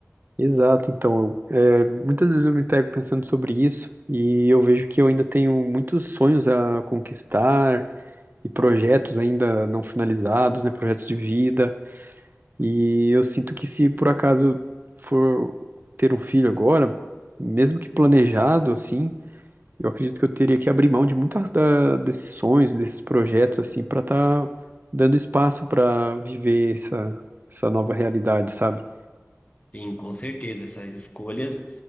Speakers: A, on the right; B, on the left.
A: exato. Então, eu, é, muitas vezes eu me pego pensando sobre isso e eu vejo que eu ainda tenho muitos sonhos a conquistar e projetos ainda não finalizados, né, projetos de vida. E eu sinto que se por acaso eu for ter um filho agora, mesmo que planejado assim, eu acredito que eu teria que abrir mão de muitas da, desses sonhos, desses projetos assim, para estar dando espaço para viver essa, essa nova realidade, sabe?
B: Sim, com certeza. Essas escolhas